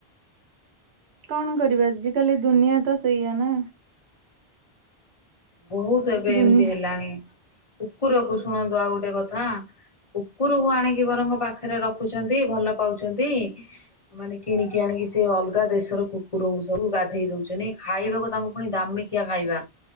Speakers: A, on the right; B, on the left.
A: କଣ କରିବା ଆଜିକାଲି ଦୁନିଆ ତ ସେଇଆ ନା।
B: ବହୁତ ଏବେ
A: ଦୁନିଆ
B: ଏମିତି ହେଲାଣି। କୁକୁରକୁ ଶୁଣନ୍ତୁ ଆଉ ଗୋଟେ କଥା କୁକୁରକୁ ଆଣିକି ବରଂ ପାଖରେ ରଖ୍ ରଖୁଛନ୍ତି ଭଲ ପାଉଛନ୍ତି, ମାନେ କିଣିକି ଆଣିକି ସେ ଅଲଗା ଦେଶର କୁକୁରଙ୍କୁ ସବୁ ଗାଧେଇ ଦେଉଛନ୍ତି, ଖାଇବାକୁ ତାଙ୍କୁ ପୁଣି ଦାମିକିଆ ଖାଇବା